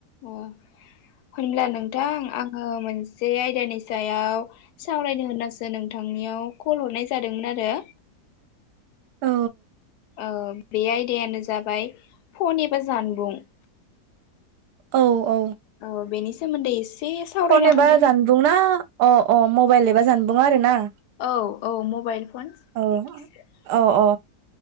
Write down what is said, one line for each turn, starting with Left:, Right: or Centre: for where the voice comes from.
Left: अ। होनब्ला नों। नोंथां आङो मोनसे। जे आयदानि सायाव सावरायनो होननासो नोंथांनियाव कल हरनाय जादोंमोन आरो।
Right: औ।
Left: ओ बे आयदायानो जाबाय फन एबा जानबुं।
Right: औ। औ
Left: औ बेनि। सोमोनदै एसे। सावरायना
Right: फन एबा
Left: होनो
Right: जानबुंना अ-अ मबाइल एफ। माबा जानबुङा आरो ना।
Left: औ औ मबेइल फन
Right: औ
Left: एखेसो।
Right: औ औ